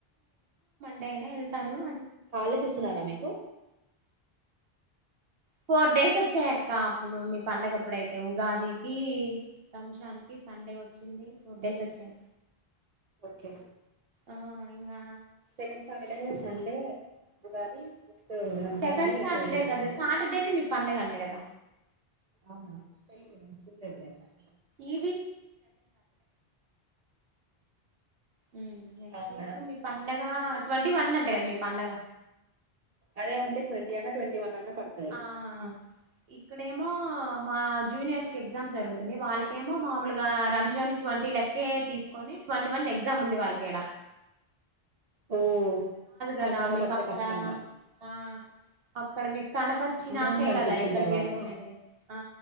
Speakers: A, on the right; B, on the right.
A: టేనే ఎళ్తాను
B: హాలిడేస్ ఇస్తున్నారా మీకు
A: ఫోర్ డేస్ ఓచ్చాయక్క అప్పుడు మీ పండగప్పుడైతే ఉగాదికి రంషాన్ కీ సండే ఓచ్చింది ఫోర్డేసోచ్చాయి
B: ఓకే
A: ఆ ఇంగా
B: second Saturday, Sunday, Ugadi Ramzan
A: second
B: అని
A: సాటర్డే
B: ఫోర్ డేస్ అనుకుంటా
A: కద సాటర్డేనే మీ పండగంట గదా
B: ఆవ్నా తెలిద్లే నను చులేద్లే కాల
A: ఈ ఉహ్ నేక్స్ట్
B: అవును
A: వీక్
B: కదా
A: మీ పండగ ట్వంటీ వన్ అంట గదా మీ పండగ
B: అదే ఉంటే ట్వంటీ అన్నా, ట్వంటీ వన్ అన్నా పడుతది
A: ఆహ్ ఇక్కడేమో మా జూనియర్స్కి ఎగ్జామ్ జరుగుతుంది వాళ్ళకేమో మామూలుగా రంజాన్ ట్వ ట్వంటీ లెక్కే తీసుకొని ట్వంటీ వన్ ఎగ్జాముంది వాళ్ళకిడ
B: ఓ పండగ
A: కదా మీకు
B: పడతే
A: అక్కడ
B: కష్టంగా
A: ఆ అక్కడ మీకు కనపచ్చినాకే
B: మూన్ కనిపించిన
A: కదా ఇక్కడ
B: తర్వాత
A: చేసుకునేది ఆ